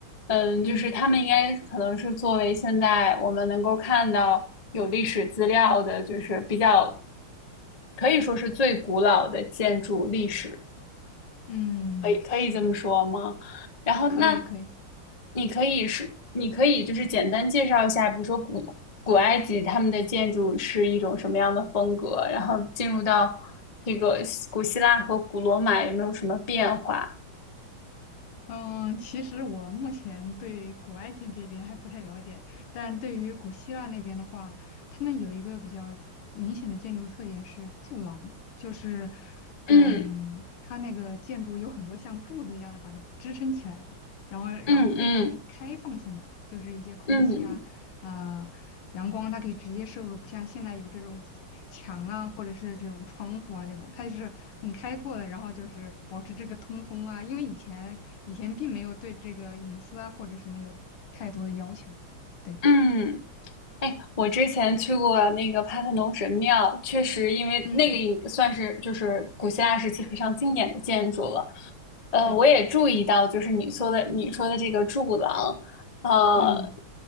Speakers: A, on the left; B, on the left.
A: 嗯，
B: 嗯
A: 就是他们应该可能是作为现在我们能够看到有历史资料的，就是比较可以说是最古老的建筑历史。
B: 嗯，
A: 可以可以这么说吗？
B: 是的，
A: 然后那
B: 可以可以。
A: 你可以是，你可以就是简单介绍一下，比如说古古埃及他们的建筑是一种什么样的风格，然后进入到这个希古希腊和古罗马有没有什么变化？
B: 嗯，其实我目前对古埃及这边还不太了解，但对于古希腊那边的话，他们有一个比较明显的建筑特点是柱廊，就是，嗯，
A: 嗯
B: 它那个建筑有很多像柱子一样的把它支撑起来的，然后然后非常开放性的，
A: 嗯嗯
B: 就是一些空气啊，
A: 嗯
B: 啊、阳光它可以直接摄入，不像现在有这种墙啊，或者是这种窗户啊这种，它就是很开阔的，然后就是保持这个通风啊，因为以前以前并没有对这个隐私啊或者什么有太多的要求，对，
A: 嗯。哎，我之前去过那个帕特农神庙，确实，因为那个也算是就是古希腊时期非常经典的建筑了。
B: 嗯，
A: 呃，
B: 对，
A: 我也注意到，就是你说的你说的这个柱廊，呃，
B: 嗯